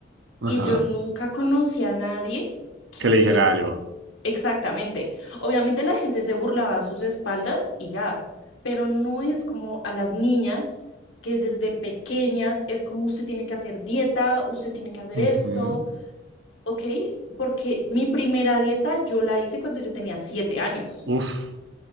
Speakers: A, on the right; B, on the left.
A: Ajá,
B: Y yo nunca conocí a nadie. que
A: que le dijera algo.
B: Exactamente. Obviamente la gente se burlaba a sus espaldas y ya, pero no es como a las niñas que desde pequeñas es como usted tiene que hacer dieta, usted tiene que hacer
A: Ujú,
B: esto, ¿ok? Porque mi primera dieta yo la hice cuando yo tenía siete años,
A: Uf,